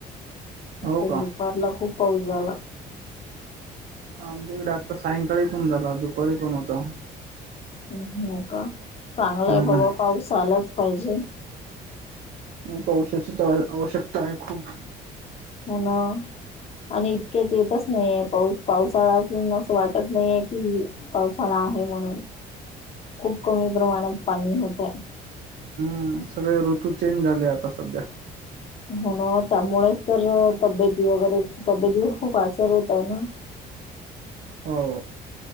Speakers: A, on the right (about 60°); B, on the left (about 35°).
A: हो
B: पण
A: का
B: दुपारला खूप पाऊस झाला.
A: आमच्या इकडे आता सायंकाळी पण झाला दुपारी पण होता.
B: म् हो का, चांगलाय
A: हम्म
B: बाबा पाऊस आलाच पाहिजे.
A: नाही पावसाची तर आवश्यकता आहे खूप.
B: हो ना. आणि इतक्याच येतच नाहीय पाऊस पावसाळा असून असं वाटत नाहीये की पावसाळा आहे म्हणून खूप कमी प्रमाणात पाणी होतय.
A: ह, सगळे ऋतू चेंज झाले आता सध्या.
B: हो ना त्यामुळेच तर तब्येती वगैरे तब्येतीवर खूप आसर होतय ना.
A: हो